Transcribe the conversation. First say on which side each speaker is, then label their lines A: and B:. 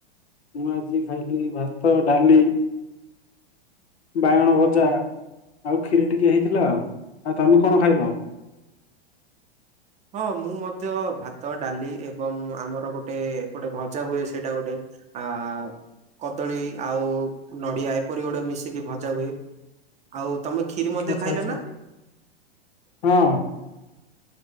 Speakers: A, on the left (about 80°); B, on the right (about 20°).
A: ମୁୁଁ ଆଜି ଖାଇଲି ଭାତ, ଡାଲି ବାଇଗଣ ଭଜା ଆଉ ଖିରି ଟିକେ ହେଇଥିଲା ଆଉ। ଆଉ ତୋମେ କଣ ଖାଇଲ?
B: ହଁ ମୁଁ ମଧ୍ୟ ଭାତ ଡାଲି ଏବଂ ଆମର ଗୋଟେ ଏପଟେ ଭଜା ହୁଏ ସେ ଟା ଗୋଟେ ଆ, କଦଳୀ ଆଉ ନଡିଆ ଏପରି ଗୋଟେ ମିଶିକି ଭଜା ହୁଏ। ଆଉ ତୋମେ ଖିରି
A: ଆଚ୍ଛା
B: ମଧ୍ୟ ଖାଇଲ
A: ଆଚ୍ଛା
B: ନା?
A: ହଁ।